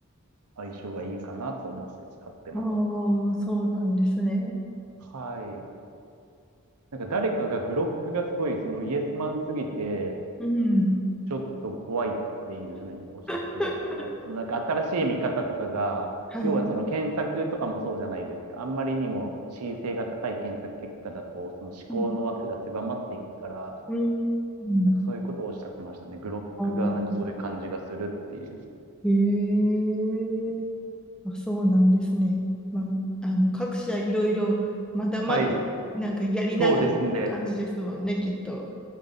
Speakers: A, on the right; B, in the centre.
A: 相性がいいかなと思って使ってます。
B: ああ、そうなんですね。
A: はい。なんか誰かがグロックがすごい、そのイエスマンすぎて、
B: うん。
A: ちょっと怖いっていうふうにおっしゃってましたね。
B: <laughs>
A: そのなんか新しい見方とかが、
B: はい。
A: 要はその検索とかもそうじゃないですか。
B: はい
A: あんまりにも恣意性が高い検索結果だと、その思考の枠が狭まっていくから、
B: うん。うん。うん
A: なんかそういうことをおっしゃってましたね。グロックがなんかそういう感じがするっていう。
B: あーへえ。あ、そうなんですね。まあ、あの、各社いろいろ、まだまだ、
A: はい、
B: なんかやりながらって感じですもんね、
A: そうですね。
B: きっと。